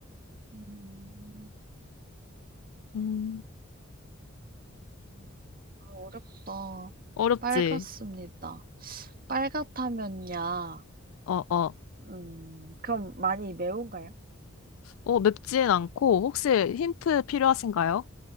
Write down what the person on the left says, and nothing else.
음.
어렵지?
어, 어.
어, 맵진 않고, 혹시 힌트 필요하신가요?